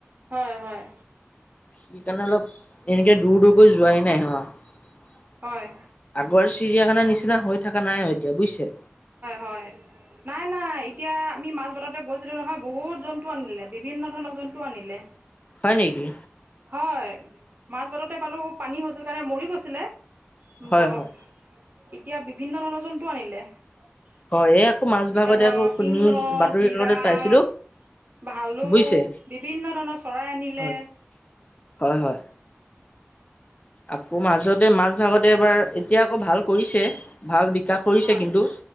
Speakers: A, on the right; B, on the left.
A: হয় হয়।
B: সিকাৰণে অলপ এনেকে দূৰ দূৰকৈ যোৱাই নাই হো। আগৰ
A: হয়
B: চিৰিয়াখানাৰ নিচিনা হৈ থকা নাই আৰু এতিয়া বুজিছে।
A: হয় নাই নাই এতিয়া আমি মাছ ততে গৈছিলে নহয় বহুত জন্তু আনিলে, বিভিন্ন ধৰণৰ জন্তু আনিলে।
B: হয় নেকি?
A: হয় মাছ বাততে পালো, পানী হৈছিল কাৰণে মৰি গৈছিলে।
B: হয়
A: ধৰক
B: হয়
A: এতিয়া বিভিন্ন ধৰণৰ জন্তু আনিলে। এতিয়া
B: হয় এই আকৌ মাজ ভাগতে
A: ধৰ
B: আকৌ
A: সিংহ
B: নিউজ বাতৰি
A: জিৰাফ
B: কাকতত পাইছিলো
A: ভালুক
B: বুজিছে
A: বিভিন্ন ধৰণৰ চৰাই আনিলে।
B: হয় হয় হয়। আকৌ মাজতে মাজ ভাগত তাতে এবাৰ, এতিয়া আকৌ ভাল কৰিছে ভাল বিকাশ কৰিছে
A: হয়
B: কিন্তু